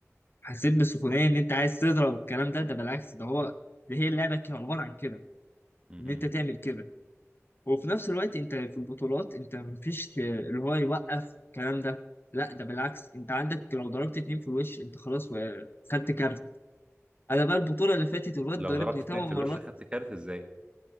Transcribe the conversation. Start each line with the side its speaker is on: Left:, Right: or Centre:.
Left: حسيت بسخونيه ان انت عايز تضرب والكلام ده ده بالعكس ده هو ده هي اللعبه كان عباره عن كده
Right: مهم.
Left: ان انت تعمل كده وفي نفس الوقت انت في البطولات انت مفيش اللي هو يوقف الكلام ده لا ده بالعكس انت عندك لو ضربت اتنين في الوش انت خلاص و- خدت كارت انا بقى البطوله اللي فاتت الواد
Right: لو
Left: ضربني
Right: ضربت
Left: تمن
Right: اتنين
Left: مرات
Right: في الوش خدت كارت ازاي